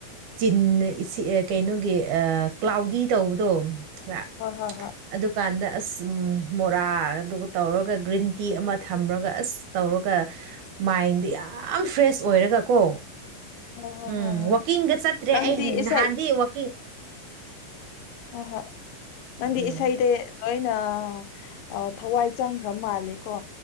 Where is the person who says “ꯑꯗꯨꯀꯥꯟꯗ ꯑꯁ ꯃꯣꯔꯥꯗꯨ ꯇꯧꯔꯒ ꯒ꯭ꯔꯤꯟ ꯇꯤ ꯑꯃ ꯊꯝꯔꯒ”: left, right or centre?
Right